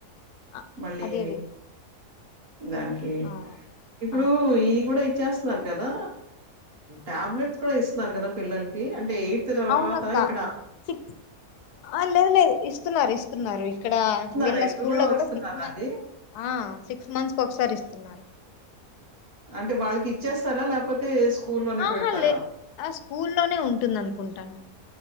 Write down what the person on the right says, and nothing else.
మళ్ళీ
దానికి
ఇప్పుడూ
ఈ కూడా ఇ ఇచ్చేస్తున్నారు కదా టాబ్లెట్స్ కూడా ఇస్తున్నారు కదా పిల్లలకి అంటే తర్వాత
ఇక్కడ
ఇస్తున్నారా
ఇప్పుడు
కూడా
ఇస్తున్నారా
అది
అంటే వాళ్ళకి ఇచ్చేస్తారా లేకపోతే స్కూల్లోనే
పెడతారా?